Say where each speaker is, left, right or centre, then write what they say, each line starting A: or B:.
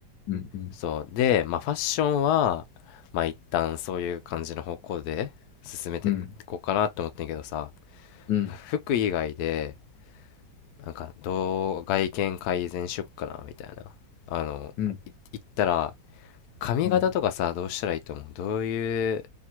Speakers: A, on the left (about 80°); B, on the left (about 65°).
A: うん。うん。
B: そうでまあファッションはまあ一旦そういう感じの方向で進めていこうかなと思ってんけどさ
A: うん。うん。
B: 服以外でなんかどう外見改善しよっかなみたいなあのい言ったら
A: うん。
B: 髪型とかさどうしたらいいと思うどういう
A: うん